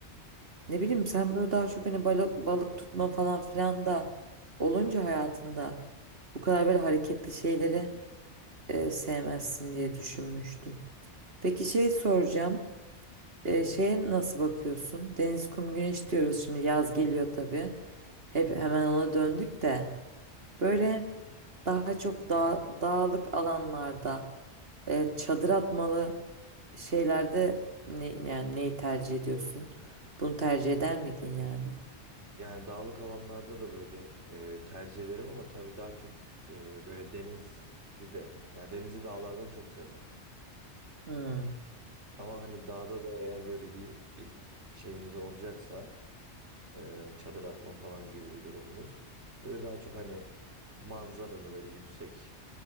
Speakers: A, on the right; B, on the right.
A: Ne bileyim sen böyle daha çok hani balık, balık tutma falan filan da olunca hayatında bu kadar böyle hareketli şeyleri e, sevmezsin diye düşünmüştüm. Peki şey soracağım. E, şeye nasıl bakıyorsun? Deniz, kum, güneş diyoruz şimdi yaz geliyor tabii. Hep hemen ona döndük de böyle daha çok dağ, dağlık alanlarda e, çadır atmalı şeylerde ne, yani neyi tercih ediyorsun? Bunu tercih eder miydin yani?
B: Yani dağlık alanlarda da böyle e, tercih ederim ama tabii daha çok e, böyle denizi de yani denizi dağlardan çok severim.
A: Hmm.
B: Ama hani dağda da eğer böyle bir iht- şeyimiz olacaksa e, çadır atma falan gibi bir durumumuz böyle daha çok hani manzaralı böyle yüksek